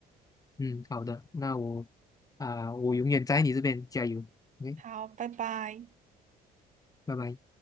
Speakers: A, on the left; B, on the right.
A: 嗯，好的，那我啊、我永远在你这边加油，OK，
B: 好，拜拜。
A: 拜拜。